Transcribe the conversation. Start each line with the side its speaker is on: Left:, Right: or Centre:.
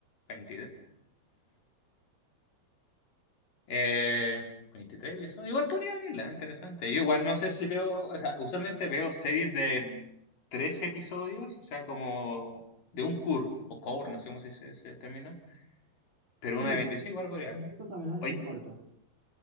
Left: ¿22? Eh, 23 episodios. Igual podría verla, interesante. Yo igual no sé si veo, o sea, usualmente veo series de tres episodios, o sea, como de un cur o core, no sé cómo se dice ese término, pero una
Right: Sí.
Left: de 26 igual podría.
Right: Esto también lo
Left: Oye,
Right: hacen en el corto.